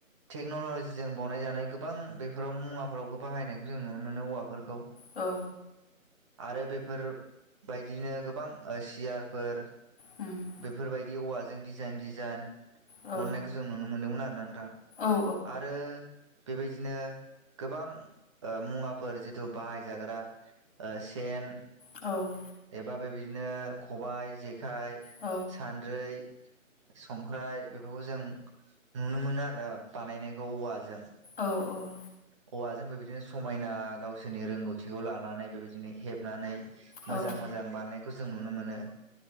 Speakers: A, on the right; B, on the left.
A: टेक्न'ल'जिजों बावनाय जानाय गोबां बेफोराव मुवाफोरावबो बाहायनायखौ जों नुनो मोनो औवाफोरखौ
B: औ।
A: आरो बेफोरबायदिनो गोबां सियारफोर
B: हुम।
A: बेफोरबायदि औवाजों डिजाइन डिजाइन
B: औ
A: बननायखौ जों नुनो मोन्दोंमोन आरो ना नोंथां।
B: औ
A: आरो बेबायदिनो गोबां ओ मुवाफोर जिथु बाहायजाग्रा ओ सेन
B: औ
A: एबा बेबायदिनो खबबाय जेखाइ
B: औ
A: सानद्रै संख्राय बेफोरखौ जों नुनो मोनो आरोना बानायनायखौ औवाजों
B: औ-औ
A: हौवाजों बेबायदिनो समायना गावसोरनि रोंगौथिखौ लानानै बेबायदिनो हेबनानै
B: औ
A: मोजां मोजां बानायनायखौ जों नुनो मोनो।